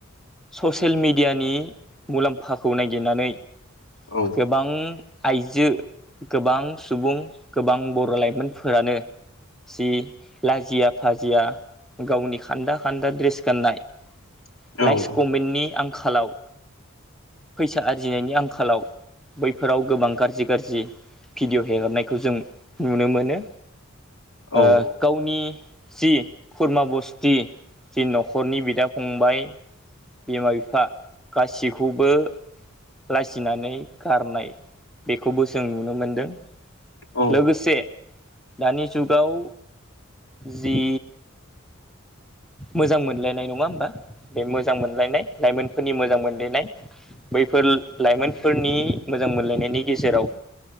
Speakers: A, in the centre; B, on the left.
A: ससियेल मेडियानि मुलामफाखौ नायगिरनानै
B: औ
A: गोबां आइजो गोबां सुबुं गोबां बर' लाइमोनफोरानो जि लाजिया फाजिया गावनि खानदा खानदा ड्रेस गाननाय
B: औ
A: लाइक्स कमेन्टनि आं खालाव फैसा आरजिनायनि आंखालाव बैफोराव गोबां गारजि गारजि भिडिअ' हेगारनायखौ जों नुनो मोनो।
B: औ
A: ओ गावनि जि खुरमा बसथि जि न'खरनि बिदा फंबाय बिमा बिफा गासिखौबो लाजिनानै गारनाय बेखौबो जों नुनो मोनदों।
B: औ
A: लोगोसे दानि जुगाव जि मोजां मोनलायनाय नङा होमबा बे मोजां मोनलायनाय लाइमोन फोरनि मोजां मोनलायनाय बैफोर लाइमोनफोरनि मोजां मोनलायनायनि गेजेराव